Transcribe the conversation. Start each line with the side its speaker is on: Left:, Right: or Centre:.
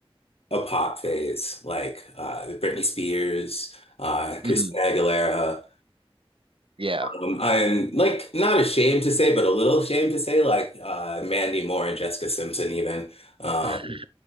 Left: a pop phase, like uh Britney Spears, uh Christina
Right: hmm
Left: Aguilera.
Right: Yeah,
Left: Um, I'm like not ashamed to say, but a little ashamed to say, like uh, Mandy Moore and Jessica Simpson, even um,
Right: <laughs> for,